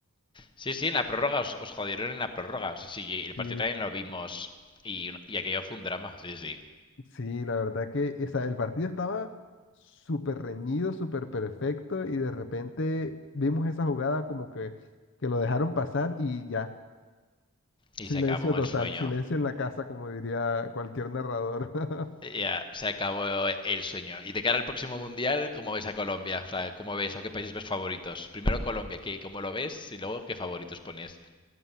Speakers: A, on the left (about 20°); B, on the left (about 55°).
A: Sí, sí, en la prórroga os, os jodieron en la prórroga. O sea, sí, el
B: Sí,
A: partido también lo vimos. Y, y aquello fue un drama, sí, sí.
B: Sí, la verdad que, o sea, el partido estaba súper reñido, súper perfecto y de repente vimos esa jugada como que, que lo dejaron pasar y ya,
A: Y
B: silencio
A: se acabó
B: total,
A: el sueño.
B: silencio en la casa, como diría cualquier narrador.
A: Ya,
B: <laughs>
A: se acabó el sueño. Y de cara al próximo mundial, ¿cómo ves a Colombia? O sea, ¿cómo ves o qué países ves favoritos? Primero Colombia, ¿qué, ¿cómo lo ves? Y luego, ¿qué favoritos pones?